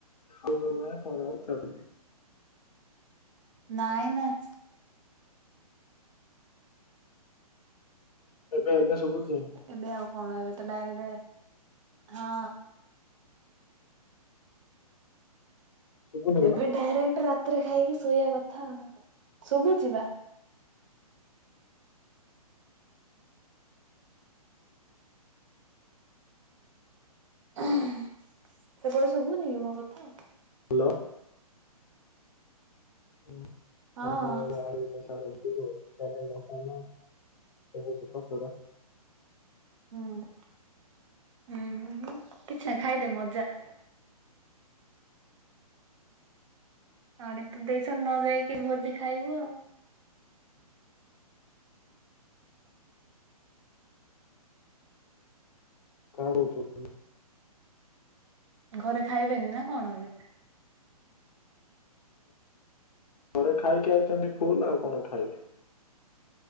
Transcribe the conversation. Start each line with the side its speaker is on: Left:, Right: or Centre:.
Left: ଖାଉଛନ୍ତି ନା କଣ ପଚାରୁଥିଲି?
Right: ନାଇ ନାଇ।
Left: ଏବେ ଏବେ ଶୁଭୁଛି?
Right: ଏବେ ଆଉ କଣ ଏବେ ତ ଡାଇରେକ୍ଟେ ହଁ।
Left: ଶୁଭୁନି କିଲୋ
Right: ଏବେ ଡାଇରେକ୍ଟ ରାତିରେ ଖାଇକି ଶୋଇବା କଥା ଆଉ ଶୁଭୁ ଚି ବା। ସେପଟେ ଶୁଭୁନି କି ମୋ କଥା?
Left: ଲୋ। <unintelligible>
Right: ହଁ
Left: <unintelligible> ଛି ତ ପୁରା।
Right: ହୁଁ, ହୁଁ, କିଛି ନାଇ ଖାଇଦେ, ମଜା! ଆଣି ତୁ ଦେଇଛନ, ନ ଯାଇକି ଭୋଜି ଖାଇବୁ ଆଉ।
Left: <inaudible>
Right: ଘରେ ଖାଇବେନି ନା କଣ ଏବେ?
Left: ଘରେ ଖାଇକି ଆଇଛନ୍ତି ଫୁଲ୍, ଆଉ କଣ ଖାଇବେ?